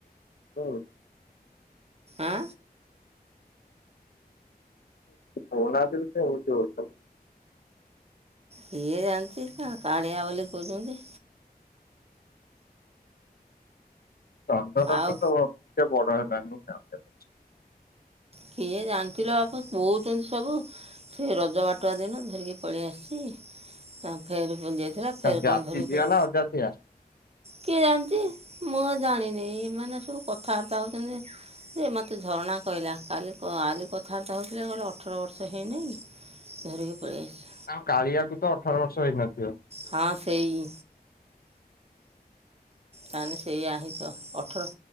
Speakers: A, on the left; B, on the right.
A: <unintelligible>
B: ଆଁ।
A: ମନକ ଆଉଠଷ <unintelligible>
B: କିଏ ଜାଣିଚି କା କାଳିଆ ବୋଲି କହୁଚନ୍ତି।
A: ଚନ୍ଦନ
B: ଆଉ
A: ଟା ତ ଟିକେ ବଡ ହେଲାଣିି <unintelligible>
B: କିଏ ଜାଣିଚିଲୋ ବାପ କହୁଚନ୍ତି ସବୁ। ସେ ରଜ ବାଟୁଆ ଦିନ ଧରିକି ପଳେଇ ଆସିଚି। ହଁ ଫେର୍ କଣ ଯାଇଥିଲା ଫେର୍
A: ଜାତି
B: କଣ ଧରିବୁ
A: ଝିଅ ନା ଅଜାତିଆ
B: କିଏ ଜାଣିଚି ମୁଁ ଜାଣିନି ଏମାନେ ସବୁ କଥାବାର୍ତ୍ତା ହଉଚନ୍ତି। ସେ ମତେ ଝରଣା କଇଲା। କାଲି କ ଆଜି କଥାବାର୍ତ୍ତା ହଉଥିଲେ କହିଲେ ଅଠର ବର୍ଷ ହେଇନାଇଁ ଧରିକି ପଳେଇ ଆଇଚି।
A: ଆମ କାଳିଆକୁ ତ ଅଠର ବର୍ଷ ହେଇନଥିବ।
B: ହଁ ସେଇ। ତାନେ ସେଇଆ ହେଇଥିବ ଅଠର